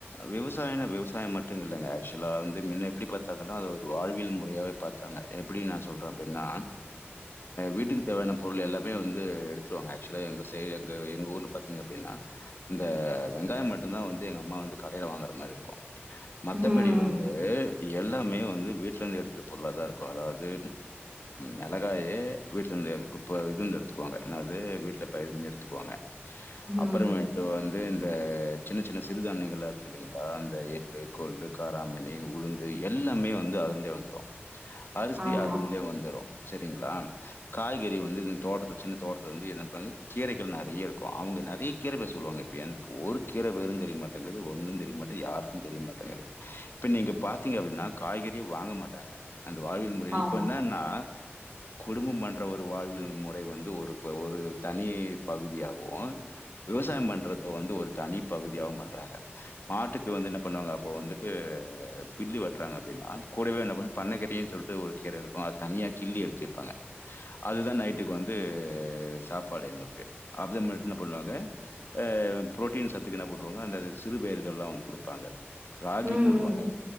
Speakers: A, on the left (about 60°); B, on the right (about 30°).
A: விவசாயிங்கள் விவசாயம் மட்டும் இல்லைங்க ஆக்சுவலா வந்து முன்ன எப்படி பார்த்தாங்கன்னா அது ஒரு வாழ்வியல் முறையாவே பார்த்தாங்க எப்படி நான் சொல்றேன் அப்படின்னா வீட்டுக்கு தேவையான பொருள் எல்லாமே வந்து எடுத்துருவாங்க ஆக்சுவலா எ எ எங்க ஊர்ல பார்த்தீங்க அப்படின்னா இந்த வெங்காயம் மட்டும்தான் வந்து எங்க அம்மா வந்து கடையில் வாங்குற மாதிரி இருக்கும் மத்தபடி
B: ம்.
A: வந்து எல்லாமே வந்து வீட்லருந்து எடுக்குற பொருளா தான் இருக்கும் அதாவது மிளகாயே வீட்டிலேருந்து இப்போ இதுருந்து எடுத்துக்குவாங்க அதாவது வீட்டில் பயிர் பண்ணி எடுத்துக்குவாங்க
B: ம்.
A: அப்புறமேட்டு வந் து இந்த சின்ன சின்ன சிறுதானியங்களாம் இருக்கு இல்லைங்களா இந்த எள்ளு கொள்ளு காராமணி உளுந்து எல்லாமே வந்து அதுலயே வந்துடும் அரிசி
B: ஆமா,
A: அதுலந்தே வந்துரும் சரிங்களா காய்கறி வந்து இந்த தோட்டத்து சின்ன தோட்டத்துல கீரைகள் நறைய இருக்கும் அவுங்க நறைய கீரை பேரு சொல்வாங்க எனக்கு ஒரு கீரை பேரு தெரிய மாட்டேங்குது ஒரு ஒன்னும் தெரியமாட்டேங்குது யாருக்கும் தெரியமாட்டேங்குது இப்ப நீங்க பாத்தீங்க அப்டின்னா காய்கறி யே வாங்க மாட்டாங்க அந்த வாழ்வியல் முறை
B: ஆமா.
A: இப்ப என்னென்னா குடும்பம் பண்ற ஒரு வாழ்வியல் முறை வந்து இது ஒரு ஒரு தனி பகுதியாவும் விவசாயம் பண்றத வந்து ஒரு தனி பகுதியாவும் பண்றாங்க மாட்டுக்கு வந்து என்ன பண்ணுவாங்க அப்போ வந்துட்டு பில்லு வெட்டுறாங்க அப்படின்னா கூடவே என்ன பண் பண்ணைக்கட்டி சொல்ட்டு ஒரு கீரை இருக்கும் அதை தனியா கில்லி எடுத்துப்பாங்க அதுதான் நைட்டுக்கு வந் து சாப்பாடு எங்களுக்கு அது மாதிரி என்ன பண்ணுவாங்க அ புரோட்டீன் சத்துக்கு என்ன போடுவாங்க அந்த சிறுபயிர்கள் எல்லாம் வந்து கொடுப்பாங்க ராகி
B: ம், ம்.
A: போடுவாங்க